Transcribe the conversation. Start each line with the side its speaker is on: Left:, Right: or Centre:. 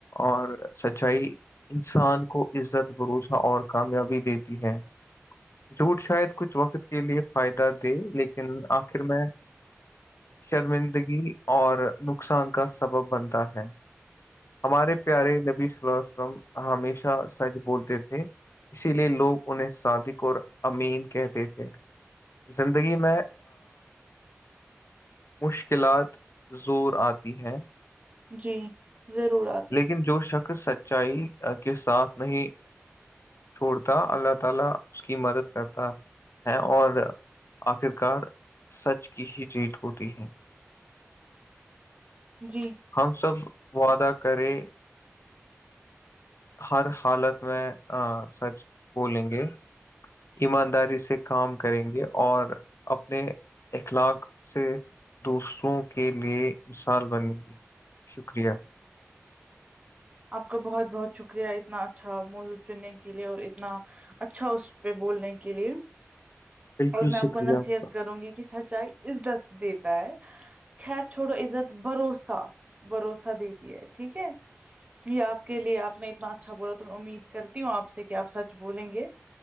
Left: اور سچائی انسان کو عزت بھروسہ اور کامیابی دیتی ہے جھوٹ شاید کچھ وقت کے لیے فائدہ دے لیکن آخر میں شرمندگی اور نقصان کا سبب بنتا ہے ہمارے پیارے نبیلم ہمیشہ سچ بولتے تھے اسی لیے لوگ انہیں صادق اور امین کہتے تھے زندگی میں مشکلات زور آتی ہے
Right: جی ضرور آ
Left: لیکن جو شخص سچائی کے ساتھ نہیں چھوڑتا اللہ تعالی اس کی مدد کرتا ہیں اور آخرکار سچ کی ہی جیت ہوتی ہے
Right: جی <inaudible>
Left: ہم سب وعدہ کرے ہر حالت میں سچ بولیں گے ایمانداری سے کام کریں گے اور اپنے اخلاق سے دوسروں کے لیے مثال بنے گی شکریہ
Right: آپ کا بہت بہت شکریہ اتنا اچھا موضو چننے کے لیے اور اتنا اچھا اس پہ بولنے کے لیے
Left: بالکل
Right: اور میں آپ
Left: شکریہ
Right: کو نصیحت
Left: کا
Right: کروں گی کہ سچائی عزت دیتا ہے خیر چھوڑو عزت بھروسہ بھروسہ دیتی ہے ٹھیک ہے یہ آپ کے لیے آپ نے اتنا اچھا بولا تو میں امید کرتی ہوں آپ سے کہ آپ سچ بولیں گے